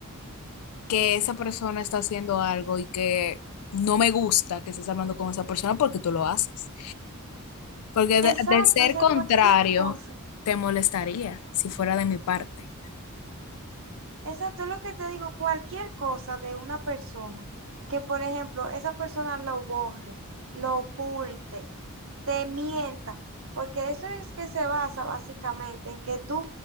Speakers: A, on the left; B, on the right.
A: que esa persona está haciendo algo y que no me gusta que estés hablando con esa persona porque tú lo haces? Porque
B: Exacto,
A: de, de ser
B: o sea,
A: contrario,
B: cualquier cosa.
A: te molestaría si fuera de mi parte.
B: Exacto, es lo que te digo, cualquier cosa de una persona, que por ejemplo, esa persona lo borre, lo oculte, te mienta, porque eso es que se basa básicamente en que tú